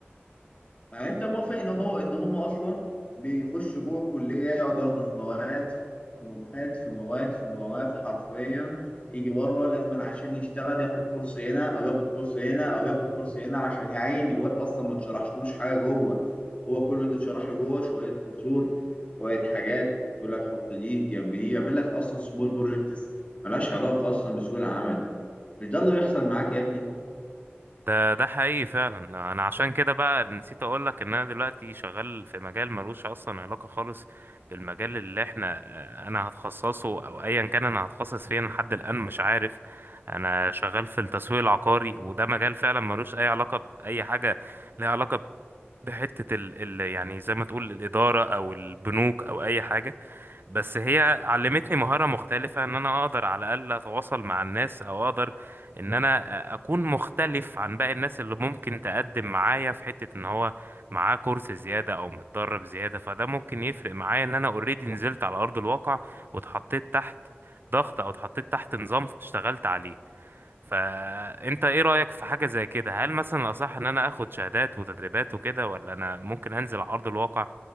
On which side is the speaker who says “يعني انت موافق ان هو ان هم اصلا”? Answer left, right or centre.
Left